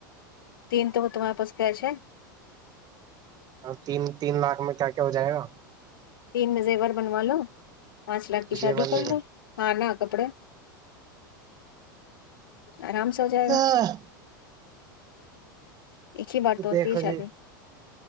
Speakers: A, on the left; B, on the right.
A: تین تو وہ تمہارے پاس کیسے
B: اور تین تین لاکھ میں کیا کیا ہو جائے گا
A: تین مزے بار بنوا لو پانچ لاکھ کی
B: جیون
A: شادی کر
B: نہیں
A: لو ہاں نہ کپڑے آرام سے ہو جائے
B: کر
A: گا ایک ہی بار تو ہوتی
B: دیکھو
A: ہے شادی
B: جی